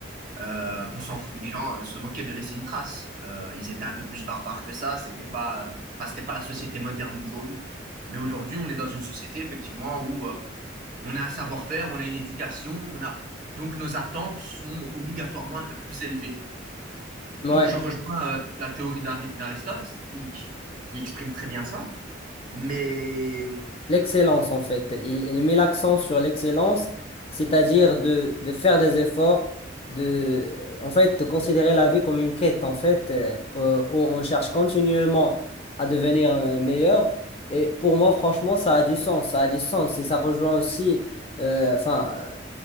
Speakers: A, on the right; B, on the left.
A: Euh, on s'en fout, les gens euh, se moquaient de laisser une trace. Euh, ils étaient un peu plus barbares que ça. C'était pas, enfin, c'était pas la société moderne d'aujourd'hui. Mais aujourd'hui, on est dans une société effectivement où euh, on a un savoir-faire, on a une éducation, on a donc nos attentes sont obligatoirement un peu plus élevées.
B: Ouais.
A: Donc je rejoins euh, la théorie d'Ari- d'Aristote qui, qui exprime très bien ça. Mais
B: L'excellence, en fait. Il, il met l'accent sur l'excellence, c'est-à-dire de, de faire des efforts, de, en fait, de considérer la vie comme une quête, en fait, euh, euh, où on cherche continuellement à devenir euh, meilleur. Et pour moi, franchement, ça a du sens, ça a du sens. Et ça rejoint aussi, euh, enfin, euh,